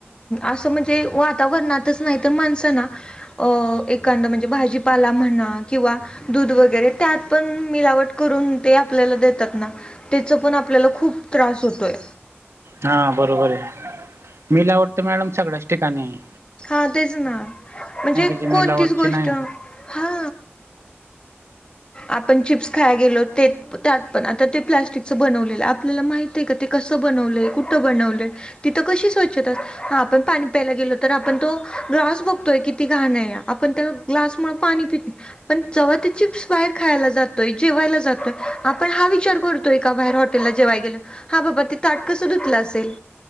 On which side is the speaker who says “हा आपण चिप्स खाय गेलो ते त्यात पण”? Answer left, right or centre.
Left